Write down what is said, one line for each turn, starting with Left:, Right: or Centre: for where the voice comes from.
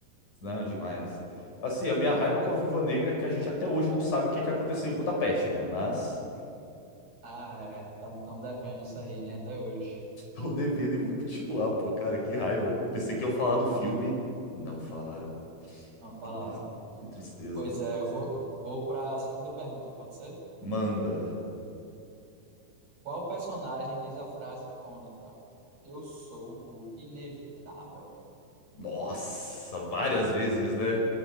Left: Não, demais. Assim, a minha raiva com a Viúva Negra é que a gente até hoje não sabe o que que aconteceu em Budapeste, né? Mas
Right: Ah, é, estão devendo isso aí, né? Até hoje.
Left: <laughs> tô devendo e vou continuar, pô, cara, que raiva. Eu pensei que eu falar do filme, não falaram.
Right: Não falaram.
Left: Que, tris- que tristeza.
Right: Pois é, eu vou, vou para a segunda pergunta, pode ser?
Left: Manda.
Right: Qual personagem diz a frase icônica? Eu sou o inevitável.
Left: Nossa, várias vezes, né?